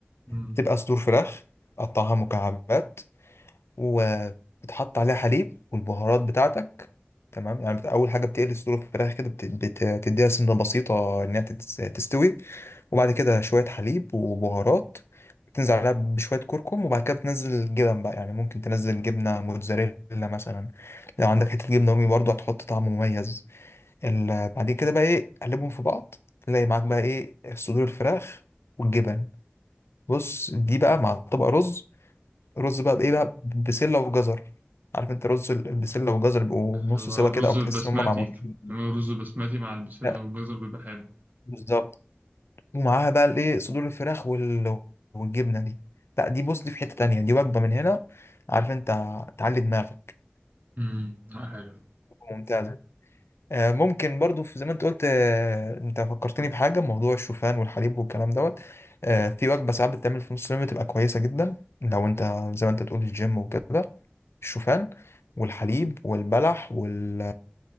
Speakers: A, on the right (about 45°); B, on the left (about 80°).
A: مم.
B: بتبقى صدور فراخ قطعها مكعبات وبتحط عليها حليب والبهارات بتاعتك تمام يعني بت- اول حاجه بتقلي صدور الفراخ كده بت- بت- بتديها سنه بسيطه انها تتس- تستوي وبعد كده شويه حليب وبهارات تنزل عليها بشوية كركم وبعد كده بتنزل الجبن بقى يعني ممكن تنزل جبنة موتزاريلا مثلا لو عندك حتة جبنة رومي برضو هتحط طعم مميز ال- بعد كده بقى ايه قلبهم في بعض تلاقي معاك بقى ايه صدور الفراخ والجبن بص دي بقى مع طبق رز رز بقى بايه بقى بسلة وجزر عارف انت رز ال- البسلة والجزر بيبقوا
A: اللي
B: نص
A: هو
B: سوا
A: الرز
B: كده او
A: البسماتي
B: تحس ان هم معمولين
A: بيعملوا رز بسماتي مع البسلة
B: لا
A: والجزر بيبقى حلو
B: بالظبط ومعاها بقى الايه صدور الفراخ وال... والجبنه دي لا دي بص دي في حته تانية دي وجبه من هنا عارف انت تعلي دماغك
A: مم. آه، حلو
B: ممتازه آه، ممكن برضو في زي ما انت قلت آه، انت فكرتني بحاجه موضوع الشوفان والحليب والكلام دوت آه، في وجبه ساعات بتتعمل في نص اليوم بتبقى كويسه جدا لو انت زي ما انت تقول الجيم وكده الشوفان والحليب والبلح وال...